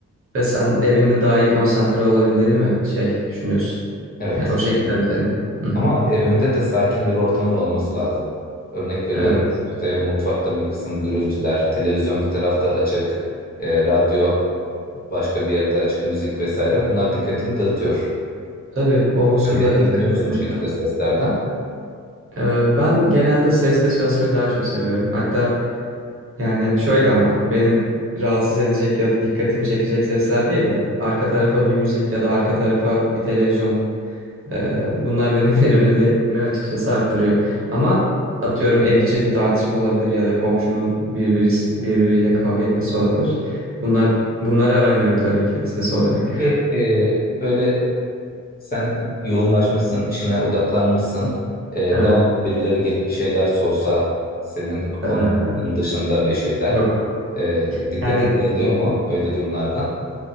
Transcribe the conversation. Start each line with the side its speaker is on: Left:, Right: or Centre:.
Right: Ve sen evinde daha iyi konsantre olabildiğini mi şey düşünüyorsun?
Left: Evet.
Right: Yani o şekilde mi senin? Hı hı.
Left: Ama evimde de sakin bir ortamın olması lazım. Örnek veriyorum
Right: Evet.
Left: işte mutfakta bir kısım gürültüler, televizyon bir tarafta açık, e, radyo başka bir yerde açık, müzik vesaire. Bunlar dikkatimi dağıtıyor.
Right: Tabii o unsurlara
Left: Yani etkileniyor
Right: dikkat
Left: musun
Right: etmek
Left: bu şekilde
Right: lazım.
Left: seslerden?
Right: Ee, ben genelde seste çalışmayı daha çok seviyorum. Hatta Yani şöyle ama beni rahatsız edecek ya da dikkatimi çekecek sesler değil de arka tarafa bir müzik ya da arka tarafa bir televizyon. Ee, bunlar benim <laughs> verimliliğimi açıkçası arttırıyor. Ama atıyorum ev içi bir tartışma olabilir ya da komşunun birbirisi, birbiriyle kavga etmesi olabilir. Bunlar bunları aramıyorum tabii ki ses olarak.
Left: Peki e, böyle sen yoğunlaşmışsın, işine odaklanmışsın. E,
Right: Evet.
Left: devamlı birileri gelip bir şeyler sorsa, senin konunun
Right: ee,
Left: dışında bir şeyler.
Right: yok.
Left: E, dikkatin
Right: Yani
Left: dağılıyor mu böyle durumlarda?